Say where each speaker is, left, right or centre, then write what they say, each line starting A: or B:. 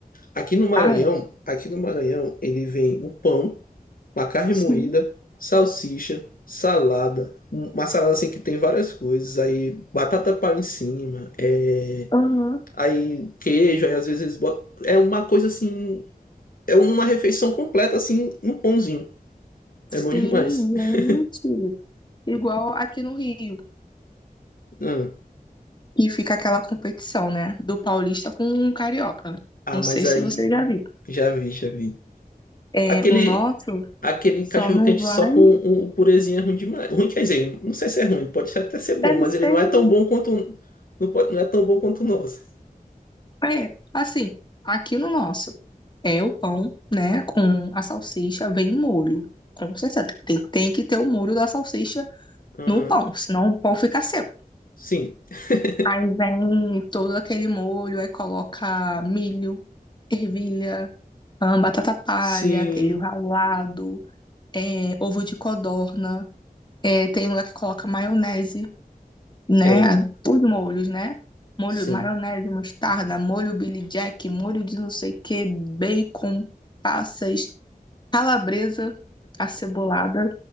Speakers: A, on the left; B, on the left.
A: Aqui no Maranhão,
B: Ah, é?
A: aqui no Maranhão, ele vem o pão, uma carne
B: Sim.
A: moída, salsicha, salada, um- uma salada assim que tem várias coisas, aí batata palha em cima, é,
B: Aham.
A: aí queijo, aí às vezes eles botam. É uma coisa assim, é uma refeição completa, assim, um pãozinho.
B: Sim,
A: É bom demais. <laughs>
B: gente. Igual aqui no Rio,
A: Hum.
B: que fica aquela competição, né? Do paulista com o carioca.
A: Ah,
B: Não
A: mas
B: sei
A: aí
B: se você já viu.
A: já vi, já vi.
B: É,
A: Aquele,
B: o nosso
A: aquele
B: só
A: cachorro
B: não
A: quente
B: vai.
A: só com o purezinho é ruim demais. Ruim quer dizer, não sei se é ruim, pode até ser bom,
B: Deve
A: mas
B: ser.
A: ele não
B: né?
A: é tão bom quanto um- não, pode- não é tão bom quanto nós.
B: É, assim, aqui no nosso é o pão, né? Com a salsicha, vem molho. Com certeza. Tem, tem que ter o molho da salsicha
A: Aham.
B: no pão, senão o pão fica seco.
A: Sim. <laughs>
B: Aí vem todo aquele molho, aí coloca milho, ervilha. ahn, batata palha,
A: Sim.
B: queijo ralado, é, ovo de codorna. É, tem lugar que coloca maionese, né?
A: É, o-
B: Os molhos, né? Molho,
A: sim.
B: maionese, mostarda, molho Billy Jack, molho de não sei o que, bacon, passas, calabresa acebolada.